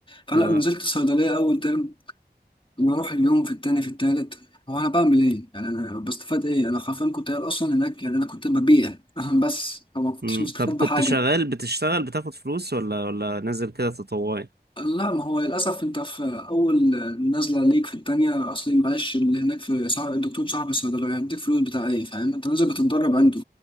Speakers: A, on the left; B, on the right.
A: فلا
B: اه
A: نزلت صيدليه اول ترم بروح اليوم في التاني في التالت هو انا بعمل ايه يعني انا بستفاد ايه انا حرفيا كنت قاعد اصلا هناك يعني انا كنت ببيع <laughs> بس فما كنتش
B: مم.
A: مستفاد
B: طب كنت
A: بحاجه
B: شغال بتشتغل بتاخد فلوس ولا ولا نازل كده تطوعي
A: لا ما هو للأسف أنت في أول نازلة ليك في التانية أصلي معلش اللي هناك في صاحب الدكتور صاحب الصيدلية يعني هيديك فلوس بتاع إيه فاهم أنت نازل بتتدرب عنده